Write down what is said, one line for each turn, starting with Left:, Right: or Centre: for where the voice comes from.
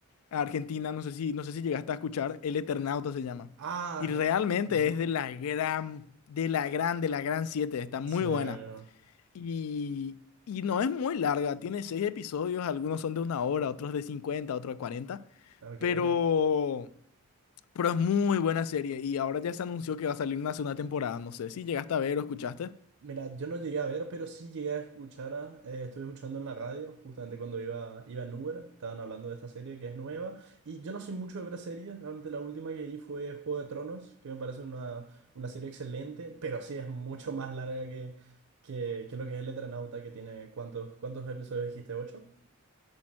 Left: Argentina, no sé si, no sé si llegaste a escuchar, El Eternauta se llama.
Right: Ah,
Left: Y realmente
Right: eh, ujú.
Left: es de la gran, de la gran, de la gran siete está muy
Right: Sí. Ok,
Left: buena. Y, y no es muy larga, tiene seis episodios, algunos son de una hora, otros de cincuenta otros de cuarenta
Right: ok.
Left: pero, pero es muy buena serie y ahora ya se anunció que va a salir una segunda temporada, no sé si llegaste a ver o escuchaste.
Right: Mira, yo no llegué a ver, pero sí llegué a escuchar, a- eh, estuve escuchando en la radio, justamente cuando iba, iba en Uber, estaban hablando de esta serie que es nueva, y yo no soy mucho de ver series, realmente la última que vi fue Juego de Tronos, que me parece una, una serie excelente, pero sí es mucho más larga que, que, que lo que es El Eternauta, que tiene, ¿cuántos, cuántos episodios dijiste? ¿Ocho?